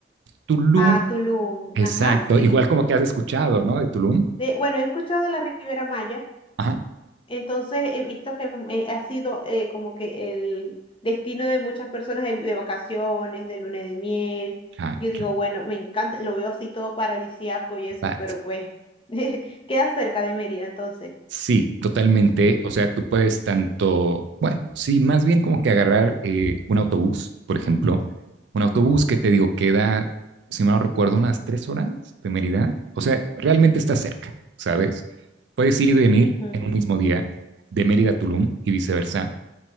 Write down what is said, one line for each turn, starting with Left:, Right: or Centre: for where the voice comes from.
Right: Tulum,
Left: Ah, Tulum.
Right: exacto,
Left: Ajá, sí.
Right: igual como que has escuchado, ¿no? De Tulum.
Left: De, bueno, he escuchado de la Riviera Maya.
Right: Ajá.
Left: Entonces he visto que mm, eh, ha sido eh, como que el destino de muchas personas de, de vacaciones, de luna de miel.
Right: Ah,
Left: Yo digo,
Right: claro,
Left: bueno, me encanta, lo veo así todo paradisíaco y
Right: exacto.
Left: eso, pero pues <laughs> queda cerca de Mérida entonces.
Right: Sí, totalmente. O sea, tú puedes tanto, bueno, sí, más bien como que agarrar eh, un autobús, por ejemplo, un autobús que te digo queda, si mal no recuerdo, unas tres horas de Mérida. O sea, realmente está cerca, ¿sabes? Puedes ir y venir
Left: Ujú.
Right: en un mismo día de Mérida a Tulum y viceversa.